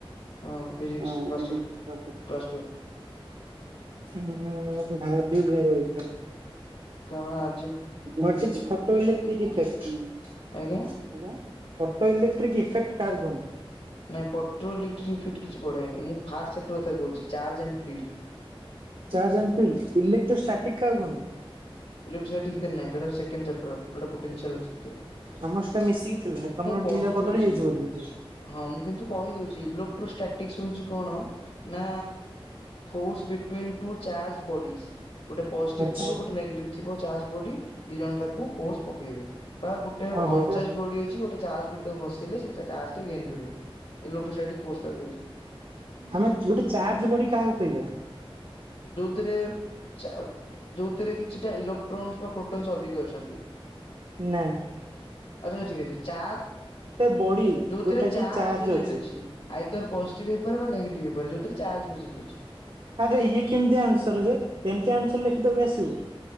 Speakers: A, on the left; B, on the right.
A: ହଁ ଫିଜିକ୍ସ
B: ହଁ
A: ଫାଷ୍ଟ
B: ଫିସି୍
A: ଚାପ୍ଟର କ୍ଲାସ ଟୁଏଲ୍ଭ
B: ହୁଁ ଭ <unintelligible>
A: କାରଣ ଆ
B: ଘଟିଛି ଫୋଟୋ ଇଲେକ୍ଟ୍ରିକ ଫ୍ୟାକ୍ଟ୍ରି <unintelligible>
A: ଆଜ୍ଞା
B: ଅଟୋ ଇଲେକ୍ଟ୍ରିକ ଇଫେକ୍ଟ କାହାକୁ କୁହନ୍ତି
A: ନାଇଁ ପଟ୍ରୋଇଲେ୍ଇଫେକଟେ କିଛି ପଢେନି ମୁଁ ଫାଷ୍ଟ <unintelligible> କଥାକହୁଛି ଚାର୍ଜ ଆନ fit
B: charge and feel electrostatic କାହାକୁ କୁହନ୍ତୁ
A: ଇଁର
B: ଆମର ସହିତ ମିଶିକି ଥିଲା ତମର
A: କହିଦଉଛି
B: ିରାା ବଦଳି ଯାଇଛି ବୋଧେ
A: ହଁ ମୁଁ କିନ୍ତୁ କହିଦଉଛି ଇଲେୋକ୍ଟ୍ରୋଷ୍ଟାଟିକସ ହଉଛି କଣ ନା force between two charge bodies ଗୋଟେ ପଜିଟିଭ୍
B: ଆଚ୍ଛା
A: ଥିବ ଗୋଟେ ନେଗେଟିଭ ଥିବ ଚାର୍ଜ ବଡି ଦି ଜଣ ତାକୁ ଫୋର୍ସ ପକେଇବେ ବା ଗୋଟେ
B: ଓ ହୋ।
A: ଅଣଚାଶ ବଡି ଅଛି ଗୋଟେ ଚ ବଡି ତାକୁ ଘଷିଲେ ସେ ଚ ଟା ଗେନ୍ କରିବ ଲେକ୍ଟ୍ରୋସାଇଟିକ ଫୋର୍େ ପେ
B: ଆମେ ଗୋଟେ ଚାର୍ଜ ବଡିି କାହାକୁ କହିବା
A: ଯୋଉଥିରେ ଯୋଉଥିରେ କିଛି କିଛିଟା ଇଲେକ୍ଟ୍ରୋନ୍ସ ବା ପ୍ରୋଟୋନ୍ସ ଅଧିକ ଅଛନ୍ତି
B: ହଁ
A: ଆଛା ଠିକ ଅଛି ଚ
B: ବଡି
A: ଯୋଉରେ
B: ଯୋଉଟା କି
A: ଅ
B: ଚାର୍ଜ ଅଛି
A: ଆଇ ତୋର ପଜିଟିଭ ହେଇପାରେ ବା ନଗେଟିଭ୍ଇପାରେ ଯଉଥିରେ ଚ ଅଛି
B: ଆରେ ଇଏ କେମିତି ଆନ୍ସର ଯେ ଏମିତି ଆନ୍ସର ଲେଖିଦବ ଆସିବୁ